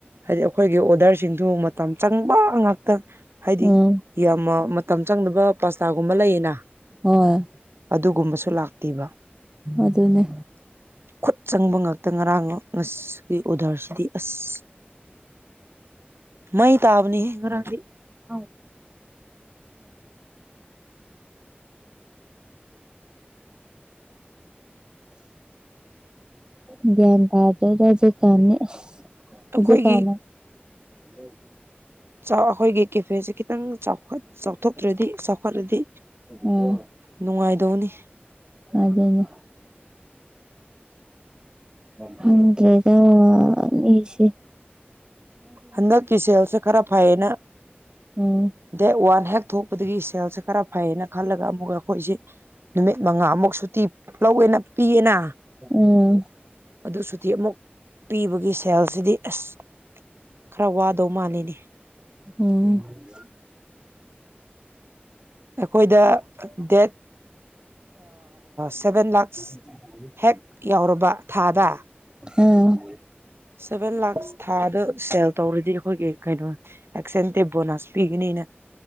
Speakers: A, on the right; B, on the right.
A: ꯍꯥꯢꯗꯤ ꯑꯩꯈꯣꯢꯒꯤ ꯑꯣꯗꯔꯁꯤꯡꯗꯨ ꯃꯇꯝ ꯆꯪꯕ ꯉꯥꯛꯇ ꯍꯥꯢꯗꯤ
B: ꯎꯝ
A: ꯌꯥꯝꯃ ꯃ ꯇꯝ ꯆꯪꯗꯕ ꯄꯥꯁꯇꯥꯒꯨꯝꯕ ꯂꯩꯌꯦꯅ
B: ꯍꯣꯏ
A: ꯑꯗꯨꯒꯨꯝꯕꯁꯨ ꯂꯥꯛꯇꯦꯕ
B: ꯑꯗꯨꯅꯦ
A: ꯈꯨꯠ ꯆꯪꯕ ꯉꯥꯛꯇ ꯉꯔꯥꯡ ꯉꯁꯤꯒꯤ ꯑꯣꯗꯔꯁꯤꯗꯤ ꯑꯁ ꯃꯩ ꯇꯥꯕꯅꯤ ꯉꯔꯥꯡꯗꯤ
B: <inaudible> <unintelligible> ꯭ꯟꯕꯥꯗꯔ ꯔꯖꯤꯦ ꯀꯅꯦ ꯔꯖꯤ
A: ꯑꯩꯈꯣꯏꯒꯤ
B: ꯀꯅ <inaudible> ꯎ <inaudible>
A: ꯑꯩꯈꯣꯏꯒꯤ ꯀꯦꯐꯦꯁꯦ ꯈꯤꯇꯪ ꯆꯥꯎꯈꯠ ꯆꯥꯎꯊꯣꯛꯇ꯭ꯔꯗꯤ ꯆꯥꯎꯈꯠ ꯈꯋꯥꯠꯂꯗꯤ
B: ꯎꯝ
A: ꯅꯨꯡꯉꯥꯏꯗꯧꯅꯤ
B: ꯑꯗꯨꯅꯦ ꯈꯪꯗꯔꯦꯗ ꯑꯩꯁꯦ
A: ꯍꯟꯗꯛꯀꯤ ꯁꯦꯜꯁꯦ ꯈꯔ ꯐꯩꯌꯦꯅ
B: ꯎꯝ
A: ꯗꯦ ꯋꯥꯟ ꯍꯦꯛ ꯊꯣꯛꯄꯗꯒꯤ ꯁꯦꯜꯁꯦ ꯈꯔ ꯐꯩꯌꯦꯅ ꯈꯜꯂꯒ ꯑꯃꯨꯛꯀ ꯑꯩꯈꯣꯏꯁꯦ ꯅꯨꯃꯤꯠ ꯃꯉꯥꯃꯨꯛ ꯁꯨꯇꯤ ꯂꯧꯋꯦꯅ ꯄꯤꯌꯦꯅ
B: ꯎꯝ
A: ꯑꯗꯨ ꯁꯨꯇꯤ ꯑꯃꯨꯛ ꯄꯤꯕꯒꯤ ꯁꯦꯜꯁꯤꯗꯤ ꯑꯁ ꯈꯔ ꯋꯥꯗꯧ ꯃꯥꯜꯂꯤꯅꯦ
B: ꯎꯝ
A: ꯑꯩꯈꯣꯏꯗ ꯗꯦꯠ ꯁꯚꯦꯟ ꯂꯥꯛꯁ
B: <unintelligible>
A: ꯍꯦꯛ ꯌꯥꯎꯔꯕ ꯊꯥꯗ
B: ꯎꯝ
A: ꯁꯚꯦꯟ ꯂꯥꯛꯁ ꯊꯥꯗ ꯁꯦꯜ ꯇꯧꯔꯗꯤ ꯑꯩꯈꯣꯏꯒꯤ ꯀꯩꯅꯣ ꯑꯦꯛꯁꯦꯟꯇꯦ ꯕꯣꯅꯥꯁ ꯄꯤꯒꯅꯤꯅ